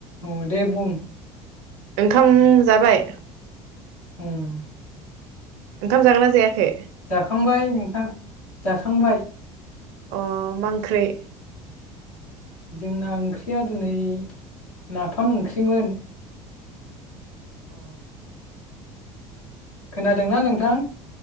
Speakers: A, on the left (about 80°); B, on the right (about 55°).
A: औ दे बुं
B: ओंखाम जाबाय
A: उम
B: ओंखाम जागोन ना जायाखै
A: जाखांबाय नोंथां जाखांबाय
B: अ मा ओंख्रि
A: जोंना ओंख्रिया दिनै नाफाम ओंख्रिमोन
B: अ
A: खोनादोंना नोंथां